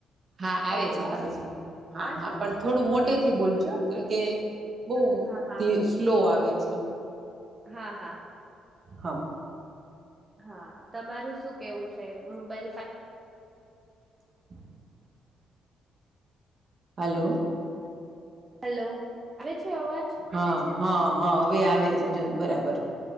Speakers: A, on the right; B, on the right.
A: હા આવે
B: હલો
A: છે આવે છે
B: આવે
A: હા હા
B: છે
A: પણ
B: ને
A: થોડું મોટે થી બોલ કારણ કે બહ
B: હા હા
A: સ્લો આવે છે.
B: હા હા.
A: હા.
B: હા તમારું શું કેવું છે મોબાઈલ ફ
A: <inaudible> હલો.
B: હલો આવે છે અવાજ.
A: હા હા હા હવે આવે છે જો બરાબર